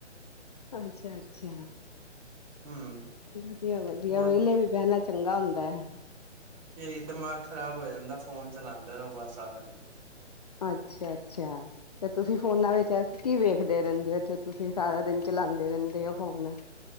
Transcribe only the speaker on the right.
ਹੂੰ
ਬਸ
ਤੇ ਦਿਮਾਗ ਖ਼ਰਾਬ ਹੋ ਜਾਂਦਾ ਫੋਨ ਚਲਾਉਂਦੇ ਰਹੋ ਬਸ ਸਾਰਾ ਦਿਨ